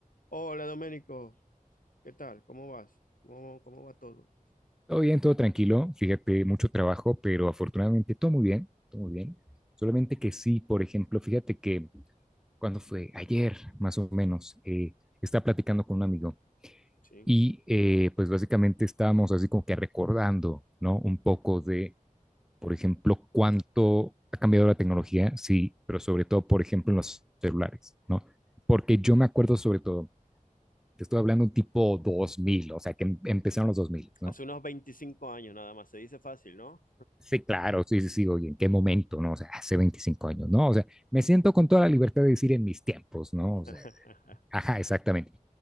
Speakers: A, on the left; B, in the centre.
A: Hola Doménico, ¿qué tal? ¿Cómo vas? ¿Cómo, cómo va todo?
B: Todo bien, todo tranquilo. Fíjate, mucho trabajo, pero afortunadamente todo muy bien, todo muy bien. Solamente que sí, por ejemplo, fíjate que cuando fue ayer, más o menos, eh, estaba platicando con un amigo
A: Sí.
B: y eh, pues básicamente estábamos así como que recordando, ¿no? Un poco de, por ejemplo, cuánto ha cambiado la tecnología, sí, pero sobre todo, por ejemplo, en los celulares, ¿no? Porque yo me acuerdo sobre todo, te estoy hablando tipo 2000, o sea, que em- empezaron los 2000, ¿no?
A: Hace unos 25 años nada más, se dice fácil, ¿no?
B: Sí, claro, sí, sí, sí, oye, ¿en qué momento, no? O sea, hace 25 años, ¿no? O sea, me siento con toda la libertad de decir en mis tiempos, ¿no?
A: <laughs>
B: O sea, ajá, exactamente.